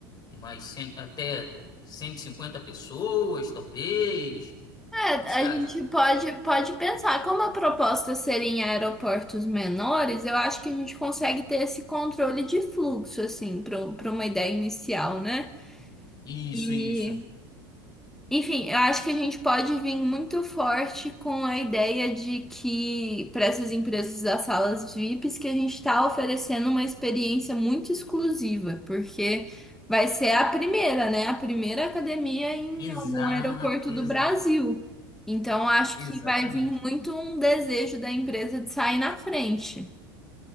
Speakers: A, on the left (about 35°); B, in the centre.
A: umas 100, até 150 pessoas, talvez.
B: É,
A: O que que você
B: a
A: acha?
B: gente pode, pode pensar, como a proposta seria em aeroportos menores, eu acho que a gente consegue ter esse controle de fluxo, assim, para uma ideia inicial, né?
A: Isso,
B: e
A: isso.
B: Enfim, eu acho que a gente pode vir muito forte com a ideia de que para essas empresas das salas VIPs que a gente está oferecendo uma experiência muito exclusiva, porque vai ser a primeira, né? A primeira academia em
A: Exato,
B: algum aeroporto
A: exato.
B: do Brasil. Então, acho
A: Exatamente,
B: que vai vir muito um desejo da empresa de sair na frente.